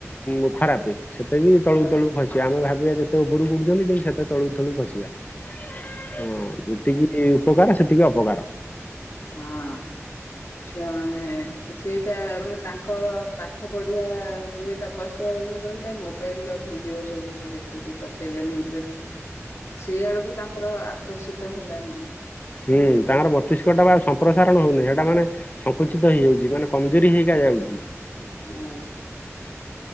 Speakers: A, on the left (about 30°); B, on the left (about 55°).
A: ଉ ଖରାପ ସେତେ ବି
B: ହଁ
A: ତଳୁକୁ ତଳୁକୁ ଖସିବା ଆମେ ଭାବିବା ଯେ ସେତେ ଉପରକୁଉଠୁଛନ୍ତି କିନ୍ତୁ ସେତେ ତଳୁ ତଳୁକୁ ଖସିବା। ହଁ ଯେତିକି ଉପକାର ସେତିକି ଅପକାର
B: ହଁ ଛୁଆମାନୋନେ ସେଇଟା ମାନେ ତାଙ୍କ ପାଠ ପଢିଆ ଇଏଟା ପଶିବାଲେ ମୋବାଇଲ ର ଭିଡିଓ ସବୁ ଦେଖିକି ପସେଇଲେ ମୁଣ୍ଡରେ ସେଇଆଡକୁ ତାଙ୍କର ଆକର୍ଷିତ ହେଲା ମନ ଟା
A: ହୁଁ ତାଙ୍କର ବତିଷ୍କଟା ବା ପ୍ରସାରଣ ହଉନି ସେଇଟା ମାନେ ସଂଙ୍କୁଚିତ ହେଇଯାଉଛି ମାନେ କମଜୋରି ହେଇକ ଯାଉଛି
B: ହଁ